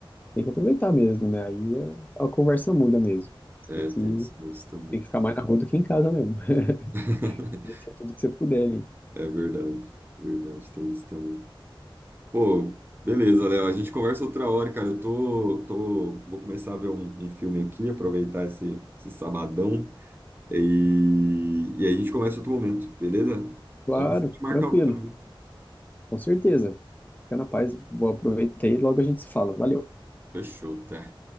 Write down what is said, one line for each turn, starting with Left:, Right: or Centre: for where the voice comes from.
Left: Tem que aproveitar mesmo, né? Aí a, a conversa muda mesmo. Você
Right: É,
Left: tem que,
Right: tem isso, isso também.
Left: tem que ficar mais na rua do que em casa mesmo. <laughs>
Right: <laughs>
Left: Conhecer tudo que você puder ali.
Right: É verdade, verdade, tem isso também. Pô, beleza, Léo. A gente conversa outra hora, cara. Eu tô, tô, vou começar a ver um, um filme aqui, aproveitar esse, esse sabadão e, e aí a gente começa outro momento, beleza?
Left: Claro,
Right: Então, a gente marca
Left: tranquilo,
Right: algo também.
Left: com certeza. Fica na paz, vou aproveitar e logo a gente se fala. Valeu.
Right: Fechou, tá?